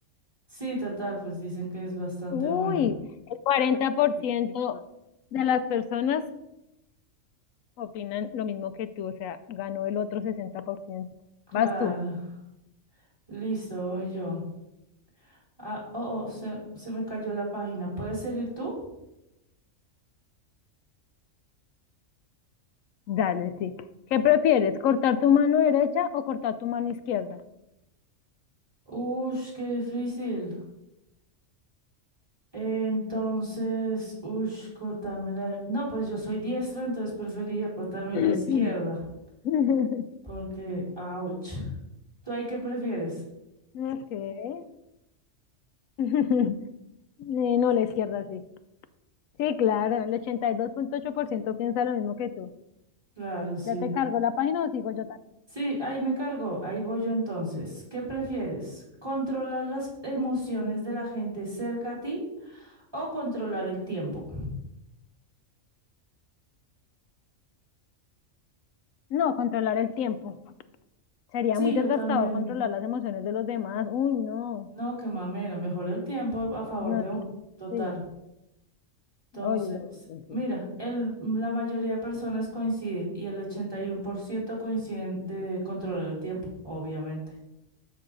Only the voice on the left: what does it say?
Uy,
el 40% de las personas opinan lo mismo que tú, o sea, ganó el otro sesenta por ciento
Vas tú,
dale, sí. ¿Qué prefieres, cortar tu mano derecha o cortar tu mano izquierda?
<clears throat>
<laughs>
Ok. <laughs> Eh, No, la izquierda sí. Sí, claro, el ochenta y dos punto ocho por ciento piensa lo mismo que tú.
¿Ya te cargo la página o sigo yo? ta-
No, controlar el tiempo. Sería
muy desgastador
controlar las emociones de los demás. Uy, no.
No,
no, no.
Sí,
oye, lógico, sí.